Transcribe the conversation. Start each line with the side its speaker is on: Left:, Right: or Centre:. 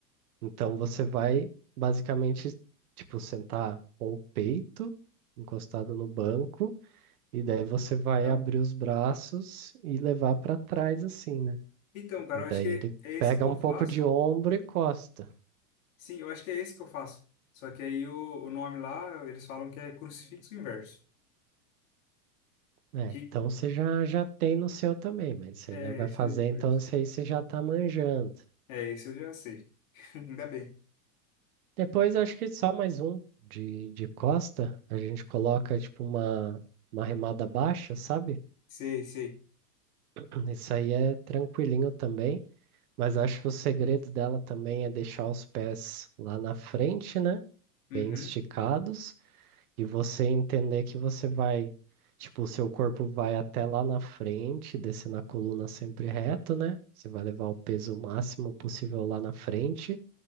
Right: Então você vai basicamente, tipo, sentar com o peito encostado no banco, e daí você vai
Left: tá?
Right: abrir
Left: Uhum.
Right: os braços e levar para trás, assim, né?
Left: Então, cara,
Right: E daí
Left: eu acho que
Right: ele
Left: é esse
Right: pega
Left: que eu
Right: um
Left: faço.
Right: pouco de ombro e costa.
Left: Sim, eu acho que é esse que eu faço. Só que aí o, o nome lá, eles falam que é crucifixo inverso.
Right: É,
Left: Que
Right: então você já, já tem no seu também, mas isso
Left: é
Right: aí, né? Vai
Left: esse
Right: fazer,
Left: eu já conheço.
Right: então isso aí você já tá manjando.
Left: É esse eu já sei. <laughs> Ainda bem.
Right: Depois acho que só mais um de, de costa. A gente coloca tipo uma, uma remada baixa, sabe?
Left: Sei, sei.
Right: <clears throat> Isso aí é tranquilinho também. Mas acho que o segredo dela também é deixar os pés lá na frente, né?
Left: Uhum.
Right: Bem esticados. E você entender que você vai, tipo, o seu corpo vai até lá na frente, descendo a coluna sempre reto, né? Você vai levar o peso máximo possível lá na frente.